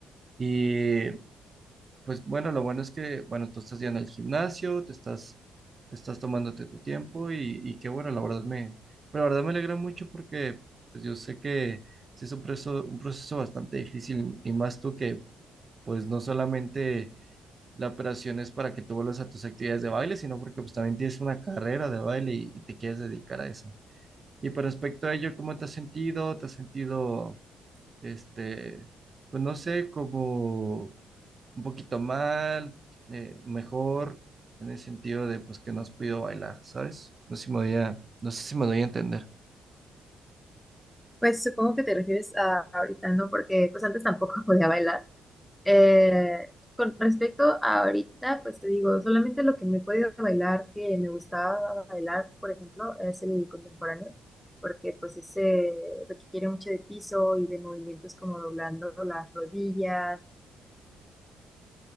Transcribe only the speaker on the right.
Y pues bueno, lo bueno es que, bueno, tú estás yendo al gimnasio, te estás, te estás tomándote tu tiempo y, y qué bueno, la verdad me, la verdad me alegra mucho porque pues yo sé que sí es un proceso, un proceso bastante difícil y más tú que pues no solamente la operación es para que tú vuelvas a tus actividades de baile, sino porque pues también tienes una carrera de baile y, y te quieres dedicar a eso. Y por respecto a ello, ¿cómo te has sentido? ¿Te has sentido, este, pues no sé, como un poquito mal, eh, mejor, en el sentido de pues que no has podido bailar, ¿sabes? No sé si me voy a, no sé si me doy a entender.